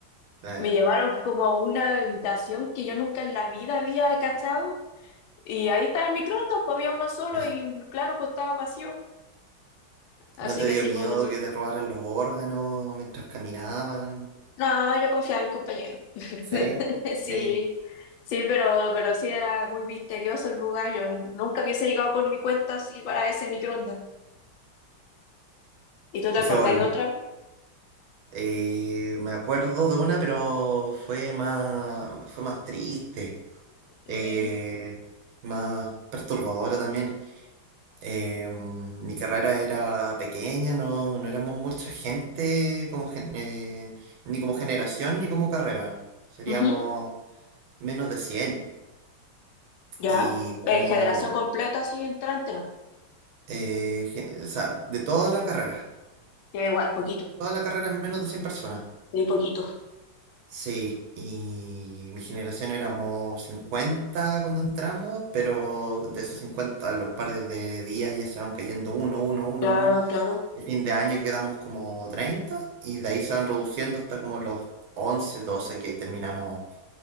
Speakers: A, on the right; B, on the left.
A: Claro.
B: Me llevaron como a una habitación que yo nunca en la vida había cachado Y ahí estaba el microondas, pues había uno solo
A: Ah,
B: y
A: <laughs>
B: claro, pues estaba vacío. Así
A: ¿No te
B: que
A: dio
B: sí,
A: miedo
B: pues eso.
A: que te robaran los órganos mientras caminaban?
B: No, yo confiaba en mis compañeros. <laughs>
A: Sí,
B: Sí,
A: sí.
B: sí, pero, pero sí era muy misterioso el lugar. Yo nu- nunca hubiese llegado por mi cuenta así para ese microondas. ¿Y tú te
A: Y
B: acordás
A: se volvió,
B: de otra?
A: Eh, me acuerdo de una, pero fue más, fue más triste,
B: Mm,
A: eh, más perturbadora también. Eh, mm, mi carrera era pequeña, no, no éramos mucha gente como gen- eh, ni como generación ni como carrera. Seríamos
B: ujú,
A: menos de 100
B: Ya.
A: y como,
B: En generación completa, así entrante, no.
A: eh, gen- o sea, de toda la carrera,
B: Ya Igual, poquito,
A: toda la carrera menos de 100 personas.
B: muy poquito.
A: Sí, y mi generación éramos 50 cuando entramos, pero de esos 50 los pares de días ya se van cayendo uno, uno, uno,
B: Claro,
A: uno.
B: claro.
A: El fin de año quedamos como 30 y de ahí se van reduciendo hasta como los 11 12 que terminamos